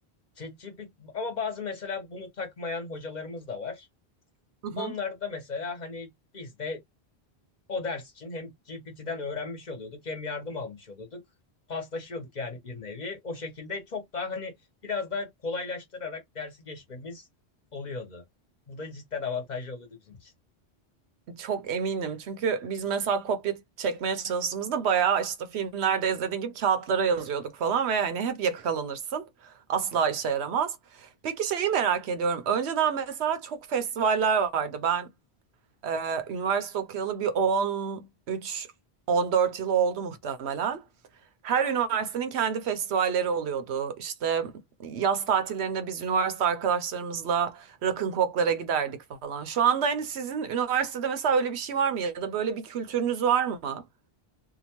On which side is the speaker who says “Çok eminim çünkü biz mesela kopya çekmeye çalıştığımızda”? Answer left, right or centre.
Right